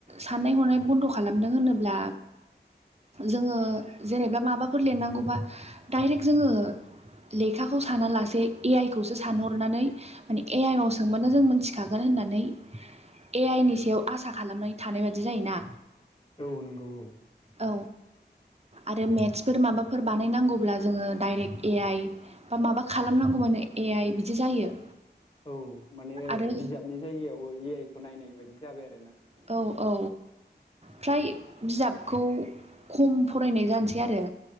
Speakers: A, on the right (about 35°); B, on the left (about 30°).
A: साननाय-हनाय बन्द' खालामदों होनोब्ला।
B: <inaudible>
A: जोङो जेनेबा माबाफोर लिरनांगौबा डाइरेक्ट जोङो। लेखाखौ साना लासे ए-आइ खौसो सानहरनानै माने ए-आइआव सोंबानो जों मोनथिखागोन। होननानै ए-आइनि सायाव आसा खालामनानै थानाय बादि जायोना।
B: औ नंगौ औ।
A: औ आरो मेटसफोर माबाफोर बानायनांगौब्ला जोङो डाइरेक्ट ए-आइ। बा माबा खालामनांगौबानो ए-आइ बिदि जायो।
B: औ माने
A: आरो
B: बिजाबनि जायगायाव ए-आइ खौ नायनाय बायदि जाबाय आरो।
A: औ-औ फ्राय। बिजाबखौ खम फरायनाय जानोसै आरो।